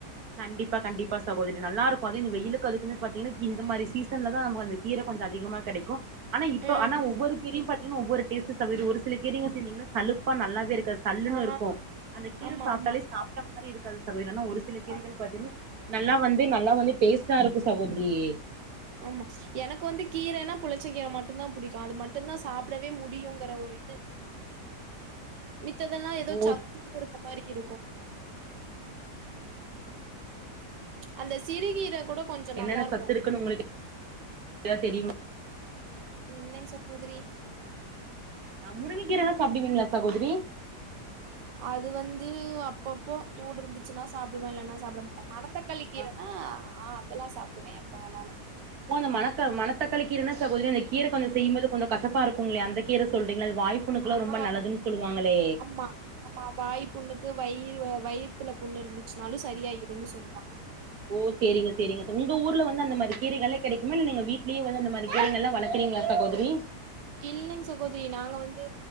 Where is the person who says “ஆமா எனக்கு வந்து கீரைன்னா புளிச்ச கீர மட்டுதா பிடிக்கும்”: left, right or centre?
Right